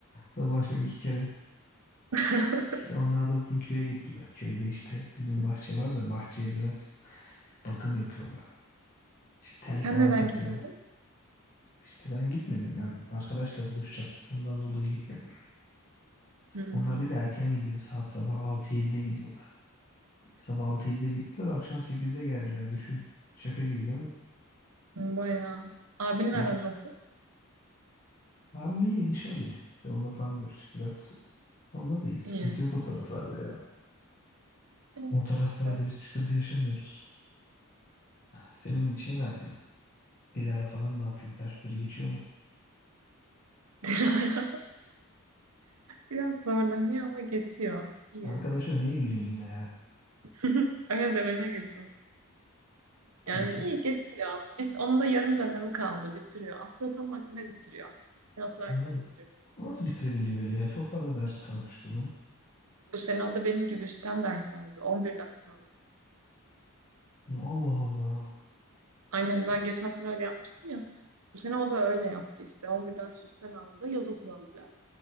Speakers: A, on the left; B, on the right.
A: Sabah akşam iki kere.
B: <laughs>
A: İşte onlar da bugün köye gittiler. Köyde işte bizim bahçe var da bahçeye biraz bakım yapıyorlar. İşte tel
B: Sen
A: falan
B: neden
A: takıyorlar.
B: gitmedin?
A: İşte ben gitmedim. Ben arkadaşla buluşacaktım. Ondan dolayı gitmedim.
B: Hmm.
A: Onlar bir de erken gidiyor. Saat sabah altı 7de gidiyorlar. Sabah altı 7de gittiler, akşam sekizde geldiler. Düşün. Şaka gibi değil mi?
B: Bayağı. Abinin
A: Orada.
B: aran nasıl?
A: Abi iyi dışarıdaydık. Bir de Onunla falan görüştük biraz. Onunla da iyi. Sıkıntı
B: İyi.
A: yok o taraflarda ya.
B: Evet,
A: O taraflarda
B: süper.
A: bir sıkıntı yaşamıyoruz. Senin şey ne yapıyor? Dilara falan ne yapıyor? Dersleri geçiyor mu?
B: <laughs> Dilara biraz zorlanıyor ama geçiyor. İyi.
A: Arkadaşına niye gülüyorsun ya?
B: <laughs> Öyle demene güldüm. Yani
A: Dil dil.
B: iyi geçiyor. Biz onun da yarım dönemi kaldı. Bitiriyor. Aslında tam vaktinde bitiriyor. Yatlarken
A: Hı.
B: bitiriyor.
A: O nasıl bitirebiliyor öyle ya? Çok fazla ders kalmıştı onun.
B: Bu sene o da benim gibi üstten ders aldı. on bir ders aldı.
A: Allah Allah.
B: Aynen ben
A: E,
B: geçen sene öyle yapmıştım ya. Bu sene o da öyle yaptı işte. on bir ders üstten aldı. Yaz okulu alacak.